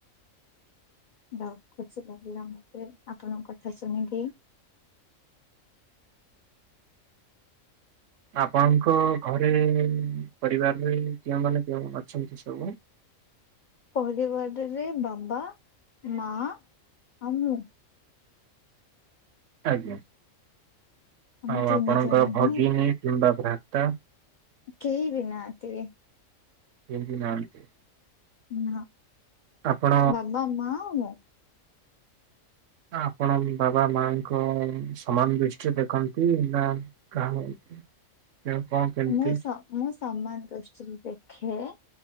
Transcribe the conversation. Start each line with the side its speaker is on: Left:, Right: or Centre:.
Left: ଦାଉ ଖୁସି ଲାଗିଲା ମତେ ଆପଣଙ୍କ କଥା ଶୁଣିକି।
Right: ଆପଣଙ୍କ ଘରେ ପରିବାରରେ କେଉଁମାନେ <unintelligible> ଅଛନ୍ତି ସବୁ?
Left: ପରିବାରରେ ବାବା, ମା ଆଉ ମୁଁ।
Right: ଆଜ୍ଞା,
Left: ଆମେ
Right: ଆଉ
Left: ତିନି
Right: ଆପଣଙ୍କର
Left: ଜଣ
Right: ଭଗିନୀ
Left: ହିଁ
Right: କିମ୍ବା ଭ୍ରାତା।
Left: କେହି ବି ନାହାତି।
Right: କେହି ନାହାନ୍ତି।
Left: ନାଁ
Right: ଆପଣ
Left: ବାବା, ମା ଆଉ ମୁଁ।
Right: ଆପଣ ବି ବାବା ମାଙ୍କୁ ସମାନ ଦୃଷ୍ଟିରେ ଦେଖନ୍ତି ନା କାହା ସିଏ କଣ କେମିତି
Left: ମୁଁ ସ ମୁଁ ସମାନ ଦୃଷ୍ଟିରୁ ଦେଖେ